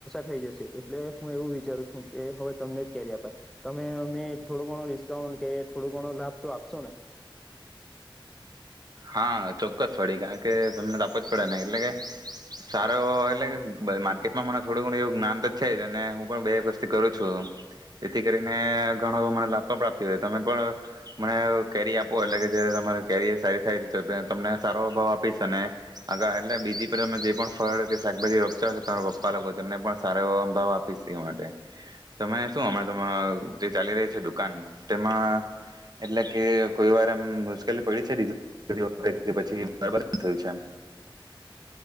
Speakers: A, in the centre; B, on the right.
A: થઈ જશે એટલે હું એવું વિચારું છું કે હવે તમને જ કેરી આપાય તમે અમને થોડો ઘણો ડિસ્કાઉન્ટ કે થોડો ઘણો લાભ તો આપશો ને.
B: હા ચોક્કસ વડીી કારણ કે તમને તાપ જ પડે નહી એટલે કે સારો એટલે કે માર્કેટમાં મને થોડું ઘણું એવું જ્ઞાન તો છે જ અને હું પણ બે એક વસ્થી કરું છું જેથી કરીને ઘણો મને લાભ પણ પ્રાપ્ત તમે પણ મને કેરી આપો એટલે કે જે તમારી કેરી સારી થ તમને સારો ભાવ આપીશ અને આગા એટલે બીજી પર તમે જે પણ ફળ કે શાકભાજી રોપતા હ તમારા પપ્પા લોકો તેમને પણ સારો એ ભાવ આપીશ એ માટે તમે શું હમણા જે ચાલી રહી છે દુકાન તેમાં એટલે કે કોઈ વાર એમ મુશ્કેલી પડી છે બ પછી બરાબર થયું છે એમ.